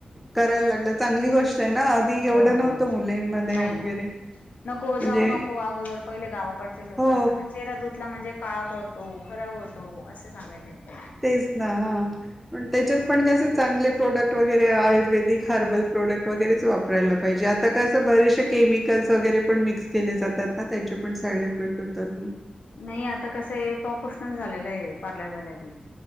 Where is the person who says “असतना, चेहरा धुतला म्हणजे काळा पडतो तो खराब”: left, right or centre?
Left